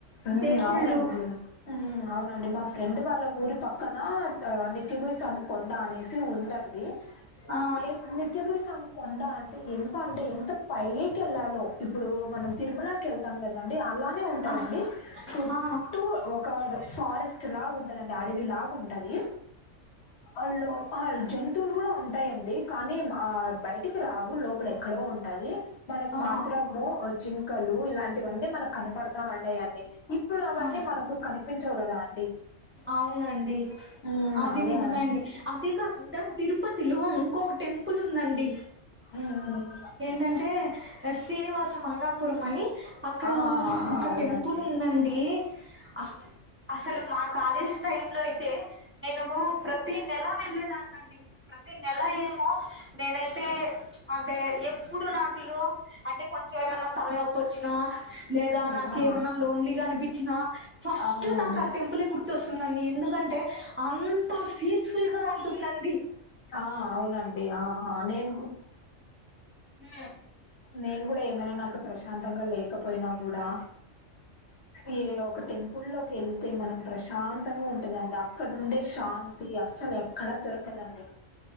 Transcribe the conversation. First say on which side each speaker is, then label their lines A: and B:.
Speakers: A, on the left; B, on the right.
A: ఉమ్
B: దేవుళ్ళు
A: అవునండి ఉమ్ అవునండి మా ఫ్రెండ్ వాళ్ళ ఊరి పక్కన ఆ నిత్యభూయ్ స్వామి కొండ అనే సి ఉందండి
B: ఆ
A: ఏం నిత్యభూయ్ స్వామి కొండ అంటే ఎంత అంటే ఎంత పై కెల్లలో ఇప్పుడు మనం తిరుమలకెళ్తాం కదండి అలానే ఉంటదండి
B: ఆ,
A: చుట్టూ
B: ఆ,
A: ఒక ఫారెస్ట్ లా ఉంటదండి అడవి లాగుంటది అల్లో ఆ జంతువులు గుడా ఉంటాయండి కానీ మ ఆ బయటికి రావు లోపల ఎక్కడో ఉంటయి మనకు
B: ఆ,
A: మాత్రము జింకలు ఇలాంటివన్నీ మనకు కనపడతా ఉన్నాయండి ఇప్పుడు అవన్నీ
B: ఆ,
A: మనకు కనిపించవు కదా అండి
B: అవునండి
A: హ్మ్.
B: అది
A: అదే.
B: నిజమండి అదీ కాకుండా తిరుపతిలో ఇంకొక టెంపుల్ ఉందండి
A: ఊ ఊ
B: ఏంటంటే శ్రీనివాస మంగాపురం అని అక్కడ
A: ఆ! ఆ! ఆ!
B: ఒక
A: అవునండి.
B: టెంపుల్ ఉందండి అక్ అసలు మా కాలేజ్ టైమ్ లో అయితే నేనేమో ప్రతి నెలా వెళ్ళేదానండి ప్రతి నెల ఏమో నేనైతే అ టే ఎప్పుడు నాకులు అంటే కొంచెం ఏమన్నా తల్నొప్పొచ్చినా లేదా
A: హ్మ్.
B: నాకు
A: ఆ!
B: ఏమన్నా లోన్లీగా అనిపిచినా ఫస్ట్
A: ఆ! అవునండి.
B: నాక అ టెంప్ ప్పులే గుర్తొస్తుందండి ఎందుకంటే అంత ఫీస్స్ఫుల్గా ఉంటుందండి
A: ఆ అవునండి ఆహా నేన్ గు
B: హూ
A: నేన్ కూడా ఏమైనా నాకు ప్రశాంతంగా లేకపోయినా గూడా ఈ ఒక టెంపుల్ లో వెళ్తే మనం ప్రశాంతంగా ఉంటుందండి అక్కడుండే శాంతి అస్సలెక్కడా దొరకదండి